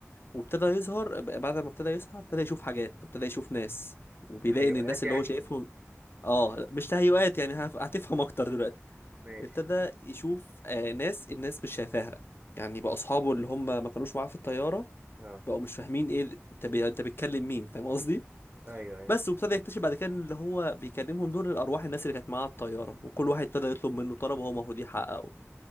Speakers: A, on the left; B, on the right.
A: وابتدى يظهر ب- بعد ما ابتدى يصحى ابتدى يشوف حاجات ابتدى يشوف ناس وبيلاقي
B: تهيؤات
A: ان الناس
B: يعني
A: اللي هو شايفهم اه مش تهيؤات يعني هف- هتفهم اكتر دلوقتي
B: ماشي
A: ابتدى يشوف آه ناس الناس مش شايفاها يعني بقى اصحابه اللي هم ما كانوش معاه في الطياره
B: اه
A: بقوا مش فاهمين ايه ال- انت بي... انت بتكلم مين فاهم قصدي
B: ايوه ايوه
A: بس وابتدى يكتشف بعد كده إن اللي هو بيكلمهم دول الارواح الناس اللي كانت معاه على الطياره وكل واحد ابتدى يطلب منه طلب وهو المفروض يحققه